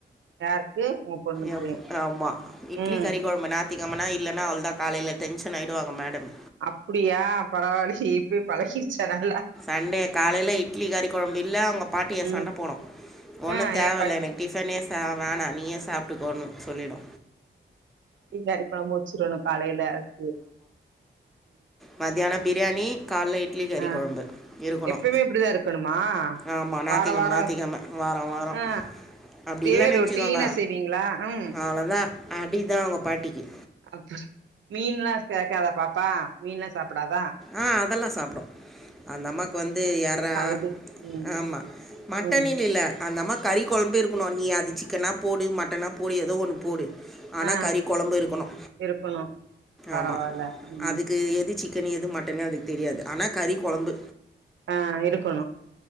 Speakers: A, on the right (about 85°); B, in the centre.
A: யாருக்கு உங்க பொண்ணுக்கு
B: ஏம்பு ஆமா இட்லி
A: ம்
B: கறி கொழம்பு நாத்திகு ரொம்ப நேர இல்லன்னா அவள்தா காலைல டென்ஷன் ஆயிடுவாங்க மேடம்
A: அப்டியா பரவால்லியே எப்படியோ பழகிடுச்சா நம்மல்ல
B: சன்டே காலைல இட்லி கறி கொழம்பு இல்ல அவங்க பாட்டிய
A: ம்
B: சண்ட போடு ஒன்னு
A: ஆ
B: தேவல
A: ஏ பாட்டி
B: எனக்கு டிஃபனே ச வேணா நீயே சாப்ட்டுக்கோணு சொல்லிடு
A: <unintelligible> குழம்பச்சிரணும் காலைல அக்கு
B: மதியானே பிரியாணி காலைல இட்லி கறி
A: ஆ
B: குழம்பு இருக்கணு
A: எப்பயுமே இப்டிதா இருக்கணுமா
B: ஆமா நாத்திக்கிழம
A: வார வாரோ
B: நாத்திக்கிழம வாரோ வாரோ
A: ஆ
B: அப்டி இல்லன்னு
A: இதே
B: நெனச்சுக்கோங்க
A: ரொட்டீனா செய்வீங்களா ம்
B: அவ்ளதா அடிதா அவங்க பாட்டிக்கி
A: அப்பா மீன்லா சேக்காதா பாப்பா மீன்லா சாப்புடாதா
B: ஆ அதெல்லாம் சாப்பிடும் அந்த அம்மாக்கு வந்து எறா
A: இது ம்
B: ஆமா மட்டனுன்னு
A: ம்
B: இல்ல அந்த அம்மாக் கறி கொழம்பு இருக்கணு நீ அது சிக்கனா போடு மட்டனா போடு ஏதோ ஒன்னு போடு ஆனா
A: ஆ
B: கறி கொலம்பு இருக்கணு
A: இருக்கணு பரவால்ல
B: ஆமா
A: ம்
B: அதுக்கு எது சிக் சிக்கன் எது மட்டன் அதுக்கு தெரியாது ஆனா கறி கொலம்பு
A: ஆ எடுக்கணு